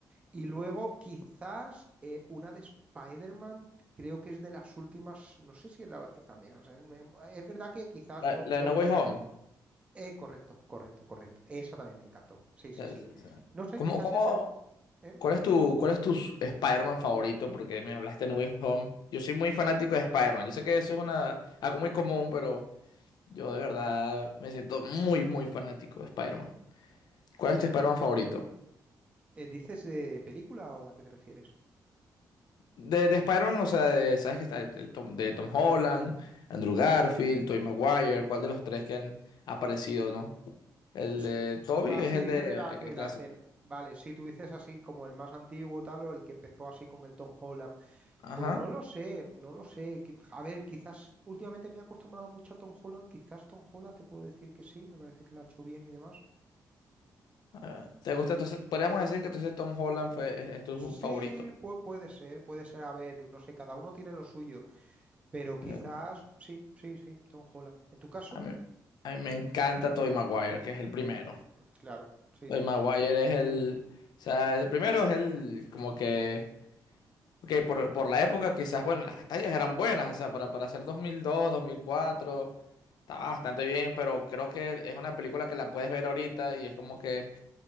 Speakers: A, on the right; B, on the left.
A: Y luego quizás eh, una de Spider-Man, creo que es de las últimas, no sé si es la es que también, o sea, me- es verdad que quizás
B: La,
A: no,
B: la
A: no,
B: de No Way Home.
A: eh, correcto, correcto, correcto, esa también me encantó, sí, sí,
B: La-
A: sí,
B: la-
A: no sé,
B: ¿Cómo,
A: quizás
B: cómo,
A: es el, to- ¿eh?
B: cuál es tu, cuál es tu s- Spider-Man favorito? Porque me hablaste de No Way Home. Yo soy muy fanático de Spider-Man. Yo sé que eso es una, algo muy común, pero yo de verdad me siento muy, muy fanático de Spider-Man. ¿Cuál es tu Spider-Man favorito?
A: Eh, ¿Dices de película o de a qué te refieres?
B: De, de Spider-Man, o sea, de- ¿sabes que está el Tom, de Tom Holland, Andrew Garfield, Tobey Maguire? ¿Cuál de los tres que han aparecido, no? El
A: O
B: de Toby
A: sea,
B: es
A: si
B: el
A: dices
B: de
A: de la,
B: el
A: de la,
B: clásico.
A: del, vale, si tú dices así como el más antiguo tal o el que empezó así con el Tom Holland
B: Ajá.
A: Pues no lo sé, no lo sé. Qui- A ver, quizás últimamente me he acostumbrado mucho a Tom Holland. Quizás Tom Holland te puedo decir que sí, me parece que lo ha hecho bien y demás.
B: Ah, ¿Te gusta? Entonces, podríamos decir que entonces Tom Holland fue, es, es tu
A: Sí,
B: favorito.
A: pues puede ser, puede ser. A ver, no sé, cada uno tiene lo suyo, pero quizás
B: Eh,
A: sí, sí, sí, Tom Holland. ¿En tu caso?
B: A mí, a mí me encanta Tobey Maguire, que es el primero.
A: Mm, mm, mm, claro, sí,
B: Tobey
A: sí,
B: Maguire
A: sí, sí.
B: es el. O sea, el primero es el. Como que. Ok, por, por la época quizás, bueno, las batallas eran buenas, o sea, para, para hacer 2002, 2004, estaba bastante bien, pero creo que es una película que la puedes ver ahorita y es como que